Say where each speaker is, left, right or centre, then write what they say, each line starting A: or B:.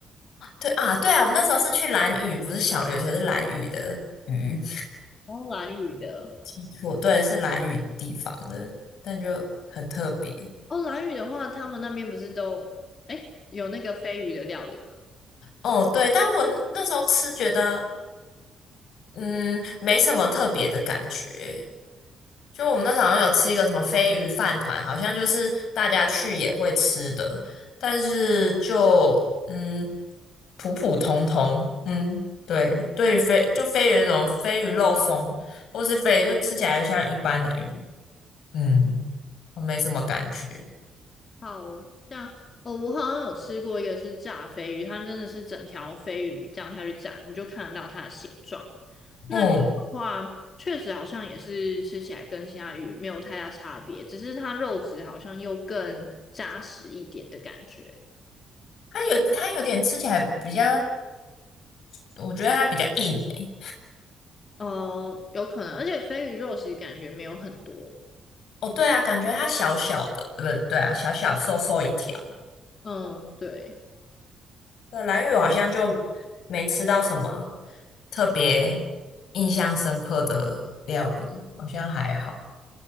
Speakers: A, on the left; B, on the left.
A: 对啊，对啊，我那时候是去蓝屿，不是小琉球，是蓝屿的屿，
B: 然后蓝屿的
A: 记错，对，是蓝屿地方的，但就很特别。
B: 哦，蓝屿的话，他们那边不是都哎有那个飞鱼的料理吗？
A: 哦，对，但我那时候吃觉得。嗯，没什么特别的感觉。就我们那时候好像有吃一个什么飞鱼饭团，好像就是大家去也会吃的，但是就嗯普普通通，嗯，对，对于飞就飞鱼那种飞鱼肉松，或是飞鱼就吃起来就像一般的鱼，嗯，我没什么感觉。
B: 好像哦，我好像有吃过一个是炸飞鱼，它真的是整条飞鱼这样下去炸，你就看得到它的形状。那个的话，
A: 嗯，
B: 确实好像也是吃起来跟其他鱼没有太大差别，只是它肉质好像又更扎实一点的感觉。
A: 它有它有点吃起来比较，我觉得它比较硬诶。
B: 哦，有可能，而且飞鱼肉其实感觉没有很多。
A: 哦，对啊，感觉它小小的，对不对？对啊，小小瘦瘦一条。
B: 嗯，对。
A: 对，蓝屿我好像就没吃到什么特别印象深刻的料理，好像还好